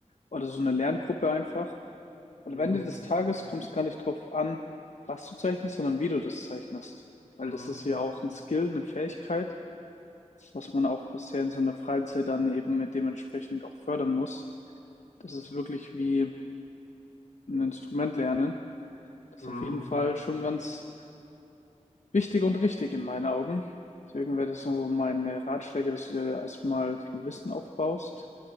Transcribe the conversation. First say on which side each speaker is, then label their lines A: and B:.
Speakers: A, on the left; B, on the left.
A: oder so eine Lerngruppe einfach. Weil
B: Mhm.
A: am Ende des Tages kommt es gar nicht drauf an, was du zeichnest, sondern wie du das zeichnest. Weil
B: Mhm.
A: das ist ja auch ein Skill, eine Fähigkeit, was man auch sehr in seiner Freizeit dann eben mit dementsprechend auch fördern muss. Das ist wirklich wie ein Instrument lernen. Das
B: Mhm.
A: ist auf jeden Fall schon ganz wichtig und richtig in meinen Augen. Deswegen wäre das so meine Ratschläge, dass du dir erstmal viel Wissen aufbaust